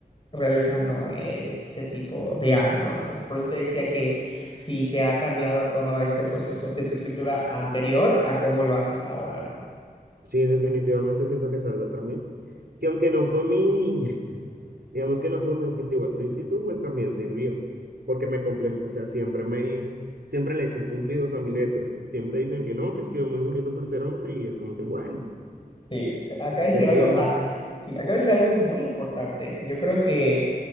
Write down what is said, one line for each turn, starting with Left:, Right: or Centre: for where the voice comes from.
Left: realizando ese tipo de A, ¿no? Entonces, por eso te decía que si te ha cambiado todo este proceso de tu escritura anterior a cómo lo haces ahora, ¿no?
Right: Sí, definitivamente siento que es algo también. Que aunque no fue mi, <laughs> digamos que no fue mi objetivo al principio, pues también sirvió. Porque me complementó, o sea, siempre me, siempre le echan cumplidos a mi letra. Siempre dicen que no, que escribo muy bonito para ser hombre y es como que bueno.
Left: Sí, acá decir
Right: ¿Qué te
Left: algo,
Right: digo?
Left: ah, sí, acá decir algo muy importante. Yo creo que